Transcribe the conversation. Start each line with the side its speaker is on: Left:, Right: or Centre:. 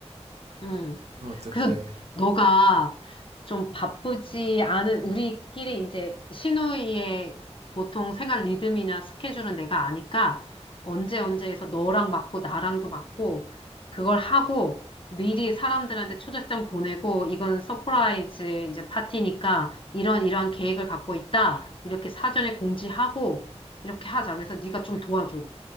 Left: 음.
Right: 그럼 어떻게.
Left: 그래서
Right: 해.
Left: 너가 좀 바쁘지 않은 우리끼리 이제 시누이의 보통 생활 리듬이나 스케줄은 내가 아니까 언제 언제에서 너랑 맞고 나랑도 맞고 그걸 하고 미리 사람들한테 초대장 보내고 이건 서프라이즈 이제 파티니까 이런 이러한 계획을 갖고 있다. 이렇게 사전에 공지하고 이렇게 하자. 그래서 네가 좀 도와줘.